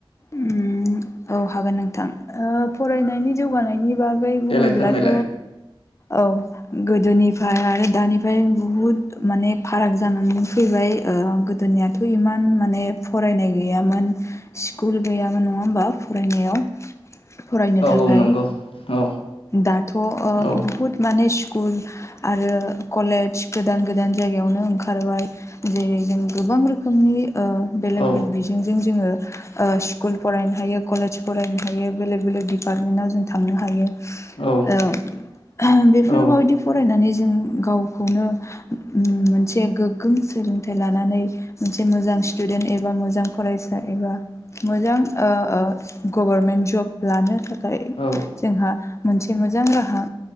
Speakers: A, on the left (about 30°); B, on the left (about 85°).
A: उ औ हागोन नोंथां फरायनायनि जौगानायनि बागै बुङोब्लाथ'
B: देलाय फोरमायलाय
A: औ गोदोनि फ्राय आरो दानिफ्राय बुहुद माने फाराग जानानै फैबाय गोदोनिथ' इमान माने फरायनाय गैयामोन स्कुल गैयामोन नङा होमबा फरायनायाव फरायनो
B: औ
A: थाखाय
B: औ नंगौ औ
A: दाथ ओ'
B: औ
A: बुहुत माने स्कुल आरो कलेज गोदान गोदान जायगायावनो ओंखारबाय जे जों गोबां रोखोमनि ओ बेलेग
B: औ
A: बेलेग बिजोंजों जोङो ओस्कुल फरायनो हायो कलेज फरायनो हायो बेलेग बेलेक डिपार्टमेन्टाव जों थांनो हायो।
B: औ
A: ओ बेफोरबायदि
B: औ
A: फरायनानै जों गावखौनो ओ मोनसे गोग्गों सोलोंथाइ लानानै मोनसे मोजां स्टुडेन्ट एबा मोजां फरायसा एबा मोजां ओ ओ गभारमेन्ट जब लानो थाखाय
B: औ
A: जोंहा मोनसे मोजां राहा